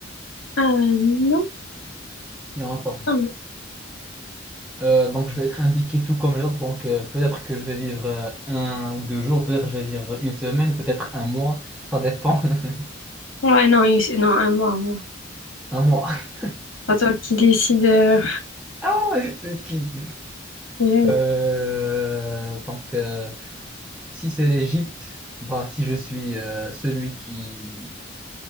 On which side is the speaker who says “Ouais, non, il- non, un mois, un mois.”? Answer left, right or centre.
Left